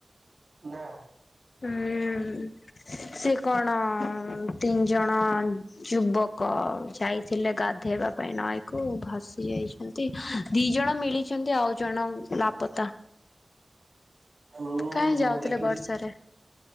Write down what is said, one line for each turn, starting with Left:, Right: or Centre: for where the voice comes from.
Right: ନା।
Left: ହୁଁ ସେ କଣ ତିନି ଜଣ ଯୁବକ ଯାଇଥିଲେ ଗାଧେଇବା ପାଇଁ ନଈକୁ ଭାସି ଯାଇଛନ୍ତି ଦି ଜଣ ମିଳିଛନ୍ତି ଆଉ ଜଣ ଲାପତା?
Right: ମୁଁ
Left: କାହିଁ
Right: ମୁଁ
Left: ଯାଉଥିଲେ
Right: ଦେଖିଛି
Left: ବର୍ଷାରେ?